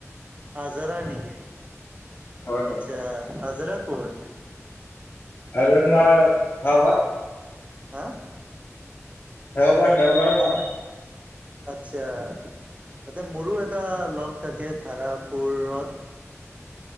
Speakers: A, on the right; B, on the left.
A: আজাৰাৰ নিকি?
B: হয় হয়
A: আচছা আজাৰাৰ কৰ? <unintelligible>
B: <unintelligible>
A: হা, -
B: দেওবাৰ - হেওবাৰ পাৰ
A: আচ্ছা তাতে মোৰো এটা লগ থাকে ধাৰাপুৰত।